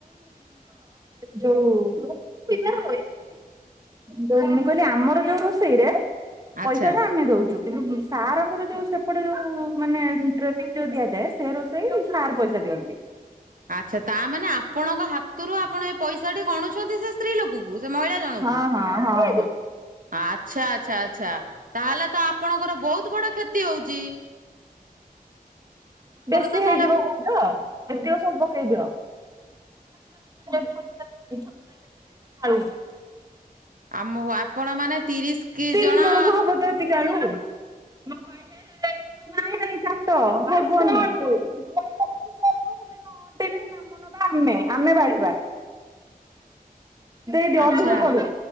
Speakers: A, on the right; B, on the right.
A: <unintelligible> <unintelligible> ମୁଁ କଇଲି ଆମର ଯୋଉ ରୋଷେଇରେ
B: ଆଚ୍ଛା
A: ପଇସା ଟା ଆମେ ଦୋଉଚୁ କିନ୍ତୁ ସାରଙ୍କର ଯୋଉ ସେପଟେ ଯୋଉ ମାନେ ଟ୍ରେନିଂ ଯୋଉ ଦିଆଯାଏ ସେ ରୋଷେଇ ସାର ପଇସା ଦିଅନ୍ତି।
B: ଆଚ୍ଛା ତାମାନେ ଆପଣଙ୍କ ହାତରୁ ଆପଣ ଏ ପଇସା ଟି ଗଣୁଛନ୍ତି ସେ ସ୍ତ୍ରୀ ଲୋକକୁ ସେ ମହିଳା ଜଣଙ୍କୁ।
A: ହଁ ହଁ ହଁ
B: ଆଚ୍ଛା ଆଚ୍ଛା ଆଚ୍ଛା ତାହେଲେ ତ ଆପଣଙ୍କର ବହୁତ ବଡ କ୍ଷତି ହୋଉଚି।
A: ବେଶି
B: ତ
A: ହେଇଯିବ
B: ତାହେଲେ
A: <unintelligible> ଏତିକ ସବୁ ପକେଇ ଦିଅ <unintelligible> ଆଳୁ।
B: ଆମକୁ ଆପଣ ମାନେ ତିରିଶ କି
A: ତିରିଶ
B: ଜଣ
A: ଜଣଙ୍କୁ <unintelligible> ନାଇଁ ନାଇଁ କାଟ ହବନି <unintelligible> ନ ଅଣ୍ଟିଲେ ନାମ ନବା ଆମେ ଆମେ ବାଢ଼ିବା। ଦେଇଦିଅ
B: ଆଚ୍ଛା
A: ଅଧିକ ପଡୁ